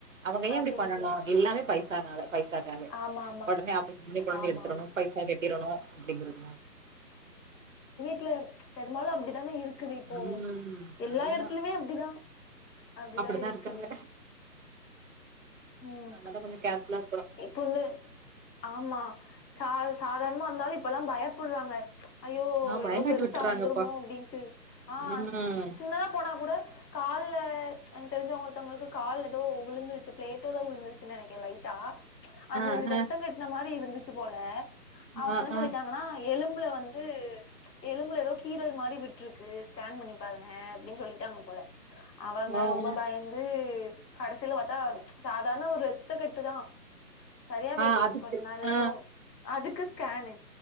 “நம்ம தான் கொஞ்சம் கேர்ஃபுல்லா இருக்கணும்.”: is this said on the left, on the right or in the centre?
Right